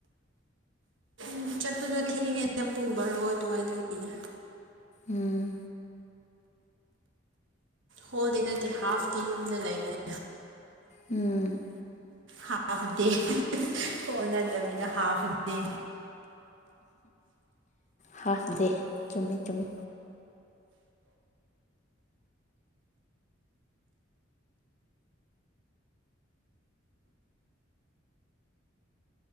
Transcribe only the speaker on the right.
ꯎꯝ ꯆꯠꯄꯗꯣ ꯊꯦꯡꯉꯩꯗ ꯄꯨꯡ ꯕꯥꯔꯣ ꯑꯗꯨꯋꯥꯏꯗꯒꯤꯅꯦ
ꯍꯣꯜꯗꯤ ꯅꯠꯇꯦ ꯍꯥꯐꯇꯤ ꯌꯨꯝꯗ ꯂꯩꯕꯅꯦ
ꯍꯥꯐ ꯗꯦ ꯍꯣꯟ ꯅꯠꯇꯕꯤꯗ ꯍꯥꯐ ꯗꯦ